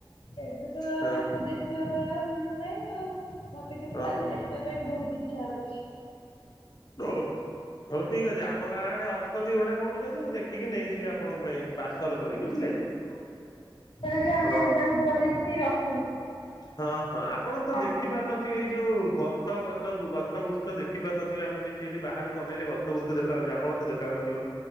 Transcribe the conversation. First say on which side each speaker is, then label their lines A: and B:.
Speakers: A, on the left; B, on the left.
A: ଏବେ ତ
B: ହଁ
A: ତାକୁ ଦେଖିବା ପାଇଁ ଆଉ ମିଳୁନ ନାଇଁ ଆଉ, ମତେ କିନ୍ତୁ
B: ହଁ।
A: ତାକୁ ଦେଖିବା ପାଇଁ ବହୁତ ଇଚ୍ଛା ହଉଛି।
B: ନୋ! ହଉ ଠିକ୍ ଅଛି। ଆମ ଗାଁ ଆଡେ ଅଛନ୍ତି, ଗୋଟା କୋଉଠି ଯଦି, ମୁଁ ଦେଖିକି ନେଇଯିବି ଆପଣଙ୍କ ପାଇଁ, ପାର୍ସଲ କରି ବୁଝିଲେ।
A: ହଁ, ସେଇଟା ବି ଆମେ
B: ହଁ।
A: ଏମିତି ତାକୁ ଧରିକି ରଖୁ।
B: ହଁ, ହଁ, ଆପଣ ତ
A: ହାତରେ
B: ଦେଖି ପାରୁନଥିବେ,
A: ର
B: ଏଇ ଯୋଉ କୁ ଗଛ ଗଛ ଗଛ ଗୃଛ ଦେଖି ପାରୁନଥିବେ। ଆମେ ଯେମିତି ଏଠି ବାହାରକୁ ଅନେଇଲେ ଗଛ ବ୍ରୁଛ ଦେଖାହଉଛି। ଆପଣ ଦେଖାଉ ନଥିବ।